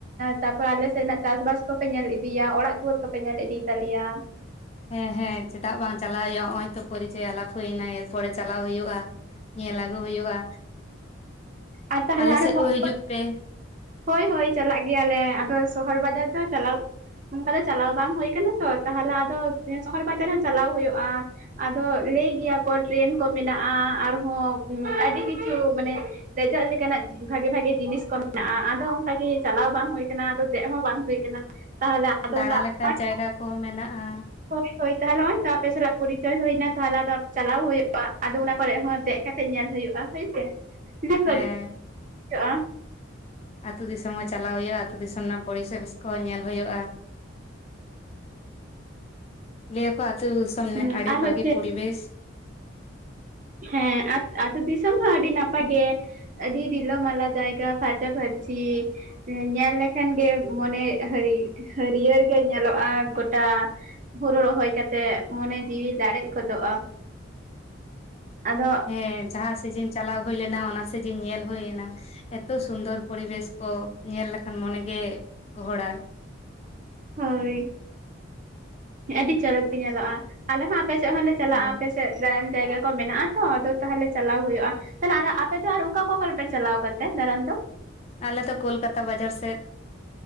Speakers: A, on the right (about 40°); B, on the left (about 30°).
A: ᱛᱟᱯᱚᱨᱮ ᱟᱞᱮᱥᱮᱱᱟᱜ ᱪᱟᱥ ᱵᱟᱥ ᱠᱚᱯᱮ ᱧᱮᱞ ᱤᱫᱤᱭᱟ ᱚᱲᱟᱜ ᱫᱩᱣᱟᱹᱨ ᱠᱚᱯᱮ ᱧᱮᱞ ᱤᱫᱤ ᱛᱟᱞᱮᱭᱟ
B: ᱦᱮᱸ ᱦᱮᱸ ᱪᱮᱫᱟᱜ ᱵᱟᱝ ᱪᱟᱞᱟᱜ ᱦᱩᱭᱩᱜᱼᱟ ᱱᱚᱜ ᱚᱭ ᱛᱚ ᱯᱚᱨᱤᱪᱚᱭ ᱟᱞᱟᱯ ᱦᱩᱭ ᱮᱱᱟ ᱮᱨᱯᱚᱨᱮ ᱪᱟᱞᱟᱣ ᱦᱩᱭᱩᱜᱼᱟ ᱧᱮᱞ ᱟᱹᱜᱩ ᱦᱩᱭᱩᱜᱼᱟ
A: ᱟᱨ ᱛᱟᱦᱚᱞᱮ
B: ᱟᱞᱮ
A: ᱟᱨ
B: ᱥᱮᱫ
A: ᱦᱚᱲ
B: ᱦᱚᱸ ᱦᱤᱡᱩᱜ ᱯᱮ
A: ᱦᱳᱭ ᱦᱳᱭ ᱪᱟᱞᱟᱜ ᱜᱮᱭᱟᱞᱮ ᱟᱫᱚ ᱥᱚᱦᱚᱨ ᱵᱟᱡᱟᱨ ᱫᱚ ᱪᱟᱞᱟᱣ ᱚᱱᱠᱟ ᱫᱚ ᱪᱟᱞᱟᱣ ᱵᱟᱝ ᱦᱩᱭ ᱠᱟᱱᱟ ᱛᱚ ᱛᱟᱦᱞᱮ ᱟᱫᱚ ᱥᱚᱦᱚᱨ ᱵᱟᱡᱟᱨ ᱦᱚᱸ ᱪᱟᱞᱟᱣ ᱦᱩᱭᱩᱜᱼᱟ ᱟᱫᱚ ᱞᱟᱹᱭ ᱜᱮᱭᱟ ᱠᱚ ᱴᱨᱮᱱ ᱠᱚ ᱢᱮᱱᱟᱜᱼᱟ ᱟᱨᱦᱚᱸ ᱟᱹᱰᱤ ᱠᱤᱪᱷᱩ ᱢᱟᱱᱮ ᱫᱮᱡᱚᱜ ᱞᱮᱠᱟᱱᱟᱜ ᱵᱷᱟᱜᱮ ᱵᱷᱟᱜᱮ ᱡᱤᱱᱤᱥ ᱠᱚ ᱢᱮᱱᱟᱜᱼᱟ ᱟᱫᱚ ᱚᱱᱠᱟᱜᱮ ᱪᱟᱞᱟᱣ ᱵᱟᱝ ᱦᱳᱭ ᱠᱟᱱᱟ ᱟᱫᱚ ᱫᱮᱡ ᱦᱚᱸ ᱵᱟᱝ ᱦᱳᱭ ᱠᱟᱱᱟ ᱛᱟᱦᱚᱞᱮ ᱟᱫᱚ
B: ᱫᱟᱬᱟ
A: ᱚᱱᱠᱟ
B: ᱞᱮᱠᱟᱱ
A: ᱦᱳᱭ
B: ᱡᱟᱭᱜᱟ ᱠᱚᱦᱚᱸ ᱢᱮᱱᱟᱜᱼᱟ
A: <unintelligible> ᱦᱳᱭ ᱛᱟᱦᱚᱞᱮ ᱱᱚᱜ-ᱚᱭ ᱛᱚ ᱟᱯᱮ ᱥᱟᱞᱟᱜ ᱯᱚᱨᱤᱪᱚᱭ ᱦᱳᱭᱱᱟ ᱛᱟᱦᱚᱞᱮ ᱟᱫᱚ ᱪᱟᱞᱟᱣ ᱦᱩᱭᱳᱜᱼᱟ ᱟᱫᱚ ᱚᱱᱟ ᱠᱚᱨᱮ ᱦᱚᱸ ᱫᱮᱡ ᱠᱟᱛᱮ ᱧᱮᱞ ᱦᱳ ᱦᱳᱭᱳᱜᱼᱟ ᱦᱳᱭᱥᱮ ᱤᱱᱟᱹ ᱠᱷᱟᱹᱞ
B: ᱦᱮᱸ
A: <unintelligible> ᱦᱳᱭᱳᱜ-ᱟ
B: ᱟᱹᱛᱩ ᱫᱤᱥᱚᱢ ᱦᱚᱸ ᱪᱟᱞᱟᱣ ᱦᱳᱭᱳᱜᱼᱟ ᱟᱹᱛᱩ ᱫᱤᱥᱚᱢ ᱨᱮᱱᱟᱜ ᱯᱚᱨᱤᱵᱮᱥ ᱠᱚᱦᱚᱸ ᱧᱮᱞ ᱦᱳᱭᱳᱜᱼᱟ ᱞᱟ. ᱭᱟ ᱠᱚ ᱟᱹᱛᱩ ᱫᱤᱥᱚᱢ ᱨᱮᱱᱟᱜ
A: ᱦᱩᱸ
B: ᱟᱹᱰᱤ
A: ᱟᱨ
B: ᱵᱷᱟᱜᱤ
A: ᱦᱚᱪᱪᱷᱮ
B: ᱯᱚᱨᱤᱵᱮᱥ
A: ᱦᱮᱸ ᱟᱛ ᱟᱛᱩ ᱫᱤᱥᱚᱢ ᱦᱚᱸ ᱟᱹᱰᱤ ᱱᱟᱯᱟᱭ ᱜᱮ ᱟᱹᱰᱤ ᱨᱤᱞᱟᱹᱢᱟᱞᱟ ᱡᱟᱭᱜᱟ ᱯᱷᱟᱸᱨᱪᱟ ᱯᱷᱟᱸᱨ ᱪᱷᱤ ᱧᱮᱞ ᱞᱮᱠᱷᱟᱱ ᱜᱮ ᱢᱚᱱᱮ ᱦᱟᱹᱨᱤ ᱦᱟᱹᱨᱤᱭᱟᱹᱲ ᱜᱮ ᱧᱮᱞᱚᱜᱼᱟ ᱴᱟᱜ ᱦᱳᱲᱳ ᱨᱚᱦᱚᱭ ᱠᱟᱛᱮᱜ ᱢᱚᱱᱮ ᱡᱤᱣᱤ ᱞᱟᱲᱮᱡ ᱜᱚᱫᱚᱜᱼᱟ ᱟᱫᱚ
B: ᱦᱮᱸ ᱡᱟᱦᱟᱸ ᱥᱮᱡᱤᱱ ᱪᱟᱞᱟᱣ ᱦᱩᱭ ᱞᱮᱱᱟ ᱚᱱᱟ ᱥᱮᱡᱤᱱ ᱧᱮᱞ ᱦᱳᱭᱱᱟ ᱮᱛᱚ ᱥᱩᱱᱫᱚᱨ ᱯᱚᱨᱤᱵᱮᱥ ᱠᱚ ᱧᱮᱞ ᱞᱮᱠᱷᱟᱱ ᱢᱚᱱ ᱢᱚᱱᱮ ᱜᱮ ᱜᱚᱦᱚᱲᱟᱭ
A: ᱦᱳᱭ ᱟᱹᱰᱤ ᱪᱚᱨᱚᱠ ᱜᱮ ᱧᱮᱞᱚᱜᱼᱟ ᱟᱞᱮ ᱦᱚᱸ ᱟᱯᱮ ᱥᱮᱫ ᱦᱚᱸᱞᱮ ᱪᱟᱞᱟᱜᱼᱟ
B: ᱦᱮᱸ
A: ᱟᱯᱮ ᱥᱮᱫ ᱫᱟᱲᱟᱱ ᱡᱟᱭᱜᱟ ᱠᱚ ᱢᱮᱱᱟᱜᱼᱟ ᱛᱚ ᱟᱫᱚ ᱛᱟᱦᱚᱞᱮ ᱪᱟᱞᱟᱣ ᱦᱳᱭᱳᱜᱼᱟ ᱛᱟᱦᱚᱞᱮ ᱟᱨ ᱦᱚᱸ ᱟᱯᱮ ᱫᱚ ᱟᱨ ᱚᱠᱟ ᱚᱠᱟ ᱠᱚᱨᱮ ᱯᱮ ᱪᱟᱞᱟᱣ ᱠᱟᱱᱛᱮ ᱫᱟᱬᱟᱱ ᱫᱚ
B: ᱟᱞᱮ ᱫᱚ ᱠᱳᱞᱠᱟᱛᱟ ᱵᱟᱡᱟᱨ ᱥᱮᱫ